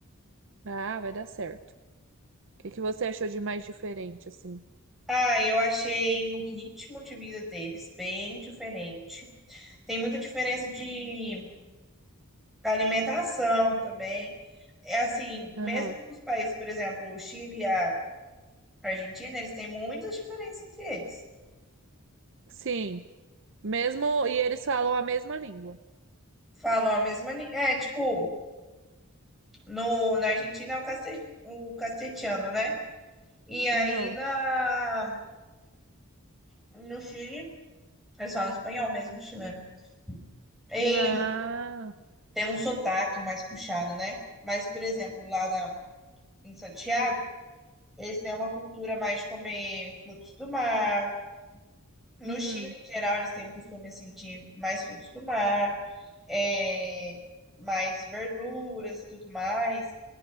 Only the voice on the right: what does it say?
Ah, vai dar certo. O que que você achou de mais diferente, assim?
Aham.
Sim. Mesmo. E eles falam a mesma língua.
Aham.
Ah.
Uhum.